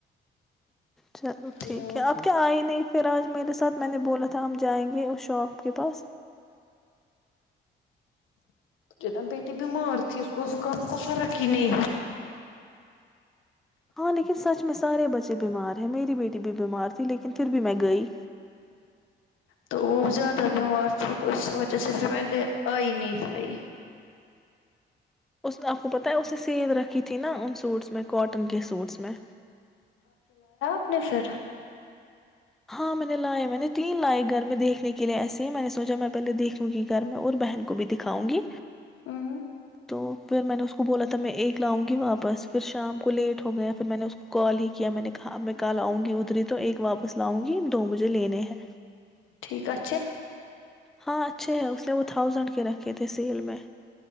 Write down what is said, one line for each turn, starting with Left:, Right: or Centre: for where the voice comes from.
Centre: چلو
Left: ہلو
Centre: ٹھیک ہے اب کیا آئی ہی نہیں پھر آج میرے ساتھ میں نے بولا تھا ہم جائیں گے اس شاپ آپ کے پاس
Left: ج ن بیٹی بیمار تھی اس کو زکام کو فرق ہی نہیں ہو
Centre: ہاں لیکن سچ میں سارے بچے بیمار ہیں میری بیٹی بھی بیمار ت ت لیکن پھر بھی میں گئی
Left: تو وہ زیادہ بیمار تھے تو اس وجہ سے پھر میں آئی نہیں پائی
Centre: اس آپ کو پتا ہے اس سے سیل رکھی تھی نا ان سوٹس میں کاٹن کے سوٹس میں
Left: اپنے سر
Centre: ہاں میں نے لائے میں نے تین لائے گھر میں دیکھنے کے لیے ایسے ہی میں نے سوچا میں پہلے دیکھوں گی گھر میں اور بہن کو بھی دکھاؤں گی
Left: ہاں
Centre: تو پھر میں نے اس کو بولا تھا میں ایک لاؤں گی واپس پھر شام کو لیٹ ہو گئے ہیں پھر میں نے اس کو کال ہی کیا میں نے کہا اب میں کل اؤں گی ادھر ہی تو ایک واپس لاؤں گی دو بجے لینے ہیں
Left: ٹھیک اھ
Centre: ہاں اچھے ہیں اس نے وہ تھاؤزینڈ کے رکھے تھے سیل میں